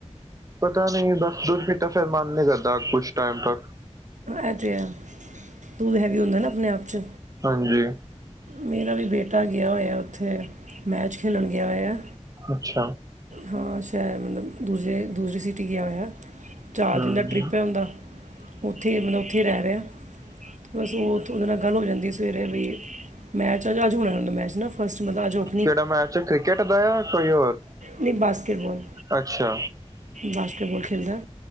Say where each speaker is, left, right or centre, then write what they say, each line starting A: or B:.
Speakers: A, on the right (about 30°); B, on the right (about 80°).
A: ਪਤਾ ਨਹੀਂ ਬਸ ਦੁੱਧ ਪੀਤਾਂ ਫੇਰ ਮਨ ਨੀਂ ਕਰਦਾ ਕੁਛ ਟੈਮ ਤ
B: ਐ ਤੇ ਹੈਂ, ਦੁੱਧ ਹੈਵੀ ਹੁੰਦਾ ਨਾ ਆਪਣੇ ਆਪ 'ਚ
A: ਹਾਂਜੀ।
B: ਮੇਰਾ ਵੀ ਬੇਟਾ ਗਿਆ ਹੋਇਆ ਉੱਥੇ, ਮੈਚ ਖੇਲਣ ਗਿਆ ਹੋਇਆ।
A: ਅੱਛਾ।
B: ਹਾਂ ਸ਼ੈਦ ਮਤਲਬ, ਦੂਸਰੇ- ਦੂਸਰੇ ਸੀਟੀ ਟੀ ਹੋਇਆ, ਚਾਰ
A: ਹਮ
B: ਦਿਨ ਦਾ ਟਰਿੱਪ ਹੈ ਓਦਾਂ, ਉੱਥੇ ਮਤਲਬ ਉੱਥੇ ਈ ਰਹਿ ਰਿਆ। ਬਸ ਉਥ ਉਹਦੇ ਨਾਲ ਗੱਲ ਹੋ ਜਾਂਦੀ ਸਵੇਰੇ ਵੀ ਮੈਚ ਅੱਜ ਹੋਣਾ ਦਾ ਮੈਚ ਨਾ ਫਸਟ ਮਤਲਬ ਅੱਜ ਓਹ
A: ਕਿਹੜਾ ਮੈਚ ਕ੍ਰਿਕਟ ਦਾ ਜਾਂ ਕੋਈ ਹੋਰ
B: ਨਈ ਬਾਸਕਿਟਬਾਲ-
A: ਅੱਛਾ
B: ਬਾਸਕਿਟਬਾਲ ਖੇਲਦਾ